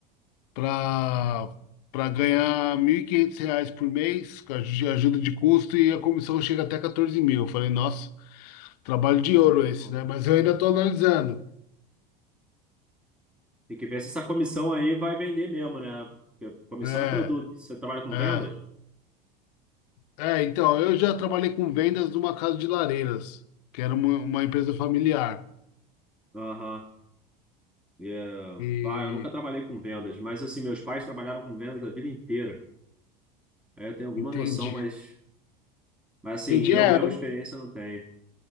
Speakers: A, on the left; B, in the centre.
A: para para ganhar 1.500 reais por mês, com a aj- ajuda de custo, e a comissão chega até 14 mil. Eu falei, nossa, trabalho de ouro
B: Aí, vamos.
A: esse, né? Mas eu ainda tô analisando.
B: Tem que ver se essa comissão aí vai vender mesmo, né? Porque comissão
A: É,
B: é produto. Você trabalha com
A: é.
B: vendas?
A: É, então, eu já trabalhei com vendas numa casa de lareiras, que era uma, uma empresa familiar.
B: Aham. E, eh,
A: E
B: pá, eu nunca trabalhei com vendas, mas assim, meus pais trabalharam com vendas a vida inteira. Aí eu tenho alguma
A: entendi.
B: noção, mas, mas assim,
A: Entendi.
B: eu
A: É,
B: mesmo experiência não tenho.